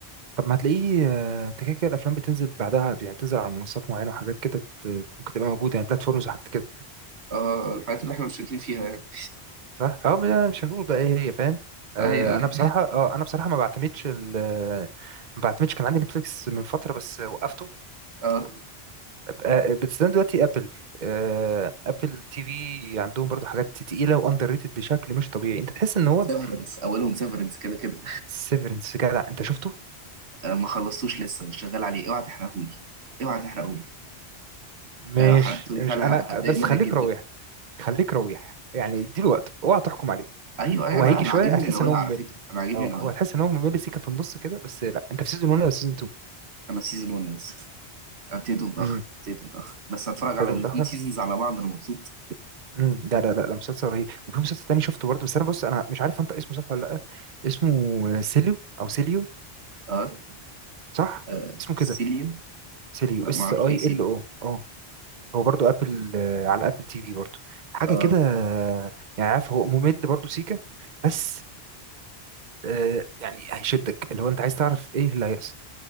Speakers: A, on the right (about 45°); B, on the right (about 80°).
A: طب ما هتلاقيه آه، انت كده كده الافلام بتنزل بعدها يعني بتنزل على منصات معينه وحاجات كده بت- ممكن تبقى موجوده يعني بلاتفورمز وحاجات كده
B: <laughs> اه الحاجات اللي احنا مشتركين فيها يعني
A: صح اه ما انا مش هنقول بقى ايه هي فاهم آه
B: ايوه ايوه
A: انا بصراحه اه انا بصراحه ما بعتمدش ال- ما بعتمدش كان عندي نتفليكس من فتره بس وقفته
B: اه
A: آه، بتستخدم دلوقتي ابل آه، ابل تي في عندهم برضو حاجات تقيله واندر ريتد بشكل مش طبيعي انت تحس ان هو
B: سيفرنس اولهم سيفرنس كده كده
A: سيفرنس جدع انت شفته
B: آه ما خلصتوش لسه مش شغال عليه اوعى تحرقهولي اوعى تحرقهولي
A: مش
B: آه، لو حرقتولي
A: مش
B: فعلا
A: انا
B: ه- هتضايق
A: بس
B: منك
A: خليك
B: جدا
A: رويح خليك رويح يعني اديله وقت اوعى تحكم عليه
B: ايوه ايوه
A: هو
B: لا
A: هيجي
B: انا
A: شويه
B: عاجبني
A: هتحس
B: من اولها
A: ان هو ممل
B: على فكره انا عاجبني
A: اه
B: من اولها
A: هو هتحس ان هو ممل سيكه في النص كده بس لا انت في سيزون 1 ولا سيزون 2
B: انا في سيزون 1 لسه ابتديته متأخر
A: امم
B: ابتديته متأخر بس هتفرج
A: بدايته
B: على الاتنين
A: متاخر
B: سيزونز على بعض انا مبسوط
A: امم لا لا لا لا مسلسل رهيب وفي مسلسل تاني شفته برضه بس انا بص انا مش عارف انت اسمه صح ولا لا اسمه سيليو او سيليو
B: اه,
A: صح
B: آه.
A: اسمه
B: سيليو
A: كده سيليو
B: لا
A: اس
B: ما اعرفش
A: اي
B: ايه سيليو
A: ال او اه هو برضو ابل آه، على ابل تي في برضو حاجه
B: اه
A: كده آه، يعني عارف هو ممل برضو سيكا بس آه، يعني هيشدك اللي هو انت عايز تعرف ايه اللي هيحصل